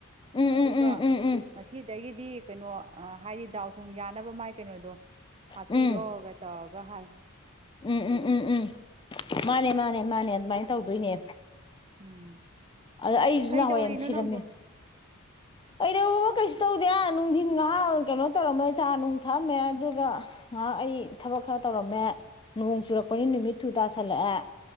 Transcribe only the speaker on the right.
ꯑꯗꯨꯒ
ꯉꯁꯤꯗꯒꯤꯗꯤ ꯀꯩꯅꯣ ꯍꯥꯏꯗꯤ ꯗꯥꯎ ꯊꯨꯝ ꯌꯥ ꯅꯕ ꯃꯥꯥꯏ ꯀꯩꯅꯣꯗꯣ ꯍꯥꯞꯄꯤꯔꯣ
ꯍꯥꯏꯔꯒ ꯇꯧꯔꯒ ꯍꯥꯏꯌꯨ
ꯎꯝ
ꯀꯩ
ꯇꯧꯔꯤꯅꯣ
ꯅꯪꯕꯨ